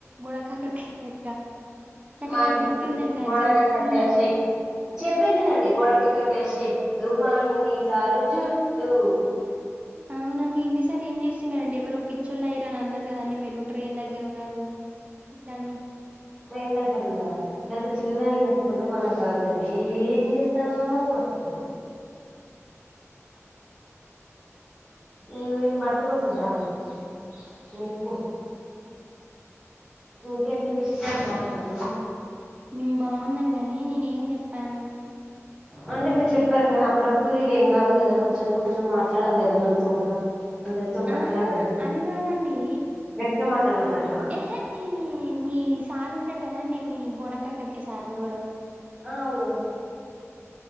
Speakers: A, on the right (about 25°); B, in the centre.
A: బొడా కాకరకై లెక్క నాకదే
B: మా హిందీ
A: గుర్తుందండి
B: బొడకాకరకాయ
A: ఆ జ్యోకు పుల్ నవ్వు
B: షేక్ చెప్పేదినండి బొడ కాకరకై షేట్టు మా హిందీ సారు జుట్టు
A: అవునా మీ ఇంది సార్ ఏం చేస్తున్నారండి ఎవరో పిచ్చోళ్ళు అయిరు అని అన్నారు కదండి మీరు ట్రైన్ దగ్గర ఉన్నారు ఇట్లని
B: ట్రెయిన్ దగ్గర ఉన్నరా గంత చిన్న దానికి పెట్టుకుంటే మనకు గాల్తది ఏం చేస్తారు మనకు అసలు నిన్న నేను బట్టుకొస్తద్దా మీకు నిప్పు ఇంకేంటి విశేషాలు బాగున్నార అందరు
A: మేము బాగున్నాం గాని నేనే ఏం చెప్పాను
B: అంటే మీరు చెప్పారు కానీ అప్పుడప్పుడు ఏం కాదు కదా కొంచెం కొంచెం మాట్లాడాలి కదా మనతో కూడా అందరితో మాట్లాడాలి
A: ఆహా
B: కదా
A: అది కాదండి
B: గట్టిగా మాట్లాడమన్నారా
A: ఏహే ఈ మీ సారు ఉంటాడు కదండి మీ బోడ కాకరకై సారు ఎవరో
B: ఆవును